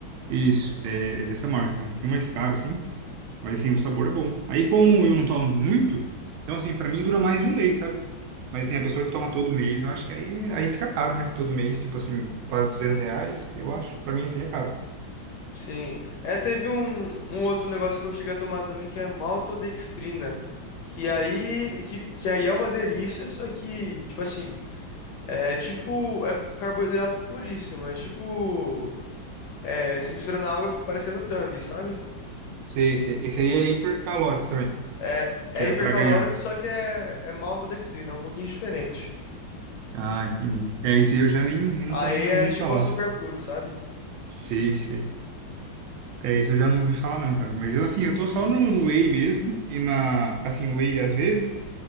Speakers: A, on the right; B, on the left.
A: Isso, é, é dessa marca. É um pouquinho mais caro, assim, mas assim, o sabor é bom. Aí, como eu não tomo muito, então assim, pra mim dura mais de um mês, sabe? Mas assim, a pessoa que toma todo mês, eu acho que aí, aí fica caro, né? Todo mês, tipo assim, quase 200 reais, eu acho. Pra mim, assim, é caro.
B: Sim. É, teve um, um outro negócio que eu cheguei a tomar também, que é maltodextrina. Que aí, que, que aí é uma delícia, só que, tipo assim, é tipo, é carboidrato puríssimo. É tipo, é, se mistura na água fica parecendo tang sabe?
A: Sei, sei. Esse aí é hipercalórico também,
B: É, é
A: que é
B: hipercalórico,
A: pra ganhar.
B: só que é, é maltodextrina, é um pouquinho diferente.
A: Ah, entendi. É, isso aí eu já nem, nunca
B: Aí
A: nem
B: é
A: ouvi
B: tipo
A: falar.
B: açúcar puro, sabe?
A: Sei, sei. É, isso eu já não ouvi falar não, cara. Mas eu, assim, eu tô só no, no whey mesmo. E na, assim, whey às vezes.